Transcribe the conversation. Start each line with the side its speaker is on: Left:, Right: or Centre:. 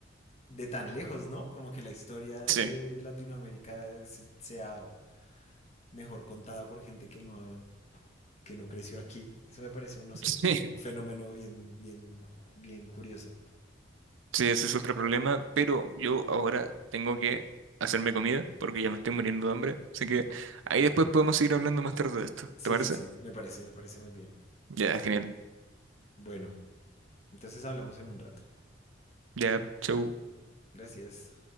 Left: de tan lejos, ¿no? Como que la historia
Right: Sí.
Left: de Latinoamérica se- sea mejor contada por gente que no, que no creció aquí. Eso me parece un, no sé,
Right: <laughs> Sí.
Left: un fenómeno bien, bien, bien curioso.
Right: Sí, ese es otro problema, pero yo ahora tengo que hacerme comida porque ya me estoy muriendo de hambre. Así que ahí después podemos seguir hablando más tarde de esto.
Left: Sí,
Right: ¿Te parece?
Left: sí, sí, me parece, me parece muy bien.
Right: Ya, genial.
Left: Bueno, entonces hablamos en un rato.
Right: Ya, chau.
Left: Gracias.